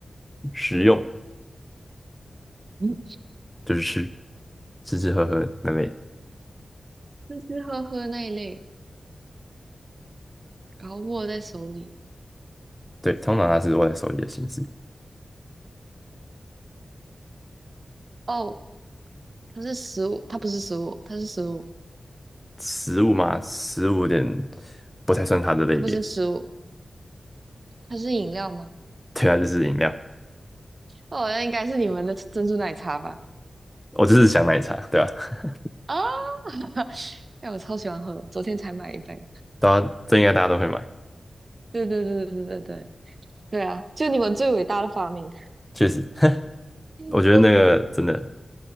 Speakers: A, in the centre; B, on the right.
A: 食用，
B: 嗯，
A: 就是吃，吃吃喝喝那类的，
B: <laughs> 吃吃喝喝那一类，然后握在手里。
A: 对，通常它是握在手里的形式，
B: 哦，它是食物，它不是食物，它是食物，
A: 食物嘛，食物有点不太算它的类别，
B: 它不是食物，它是饮料吗？
A: 对啊，就是饮料，
B: 哦，那应该是你们的珍珠奶茶吧。
A: 我就是想奶茶，对吧、啊？
B: 啊，<laughs> 哎，我超喜欢喝，昨天才买一杯。
A: <laughs> 大家这应该大家都会买，
B: 对对对对对对对，对啊，就你们最伟大的发明，
A: 确实，<laughs>
B: <laughs>
A: 我觉得那个真的。